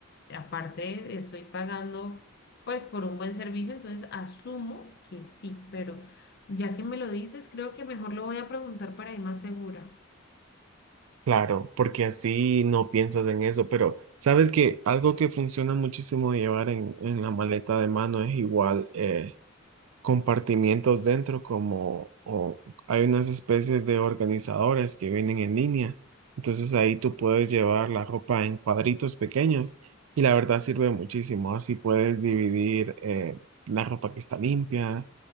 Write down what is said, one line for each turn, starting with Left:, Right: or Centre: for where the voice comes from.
Left: Aparte, estoy pagando pues por un buen servicio, entonces asumo que sí, pero ya que me lo dices, creo que mejor lo voy a preguntar para ir más segura.
Right: Claro, porque así no piensas en eso, pero sabes que algo que funciona muchísimo llevar en, en la maleta de mano es igual eh, compartimientos dentro, como o hay unas especies de organizadores que vienen en línea, entonces ahí tú puedes llevar la ropa en cuadritos pequeños y la verdad sirve muchísimo, así puedes dividir eh, la ropa que está limpia